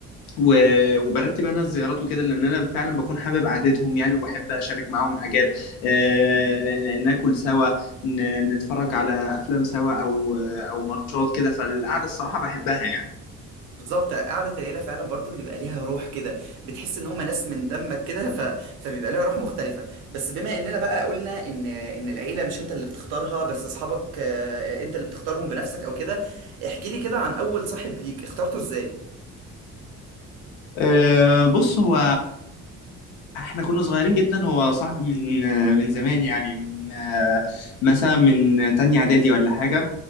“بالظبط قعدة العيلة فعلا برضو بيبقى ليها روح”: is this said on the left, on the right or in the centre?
Right